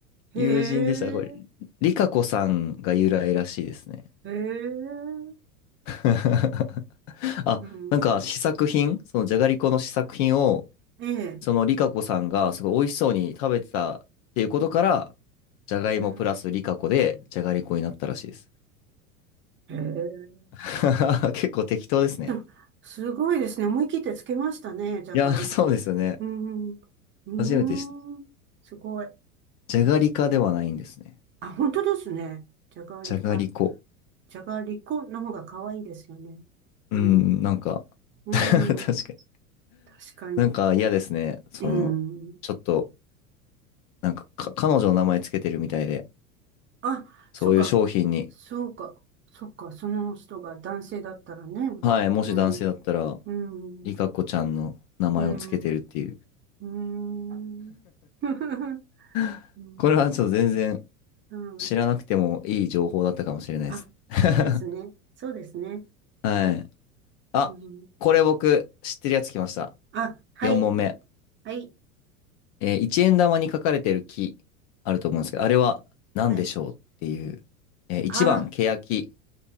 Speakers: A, on the right; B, on the left.
A: へえ。
B: 友人でした。これ、リカコさんが由来らしいですね。
A: へえ。
B: <laughs> あ、
A: うん。
B: なんか試作品、そのじゃがりこの試作品を、
A: ええ。
B: そのリカコさんがすごい美味しそうに食べてたっていうことから、じゃがいもプラスリカコでじゃがりこになったらしいです。
A: うん。へえ。
B: <laughs> 結構適当ですね。
A: あすごいですね。思い切ってつけましたね。じゃがりこ。
B: いや、そうですよね。
A: うん。うー
B: 初めて知った。
A: ん。すごい。
B: じゃがりかではないんですね。
A: あ、本当ですね。じゃがりか。
B: じゃがりこ。
A: じゃがりこの方が可愛いですよね。
B: うん、
A: うん。
B: なんか <laughs>
A: うん。
B: 確かに
A: 確かに。
B: なんか嫌ですね。その、
A: うん。
B: ちょっと、なんか、か彼女の名前つけてるみたいで、
A: あ、
B: そういう商品に、
A: そっか。そうか。そっか。その人が男性だったらね。
B: はい、もし男性だったら、
A: うん。うん。
B: リカコちゃんの名前をつけてるっていう。
A: うん。うん。<laughs>
B: <laughs>
A: うん。
B: これはちょっと全然
A: <laughs> うん。
B: 知らなくてもいい情報だったかもしれないです。
A: あ、
B: <laughs>
A: そうですね。そうですね。
B: はい。
A: はい。
B: あ、
A: うん、
B: これ僕知ってるやつ来ました。
A: あ、はい。
B: 4問目。
A: はい。
B: えー、円玉に書かれてる木あると思うんですけど、あれは何でしょうっていう。
A: はい。
B: えー、1番、
A: あ
B: ケヤキ。